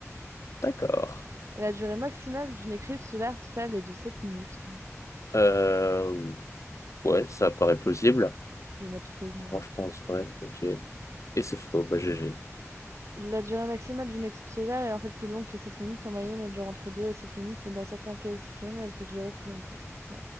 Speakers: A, on the left (about 70°); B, on the right (about 60°).
A: D'accord.
B: La durée maximale d'une éclipse solaire totale est de 7 minutes.
A: Euh, ouais, ça paraît plausible.
B: Je vais mettre faux, moi.
A: Moi, je pense, ouais. Ok. Et c'est faux. Bah, GG.
B: La durée maximale d'une éclipse solaire est en fait plus longue que 7 minutes. En moyenne, elle dure entre 2 et 7 minutes, mais dans certains cas exceptionnels, elle peut durer plus longtemps. Ouais.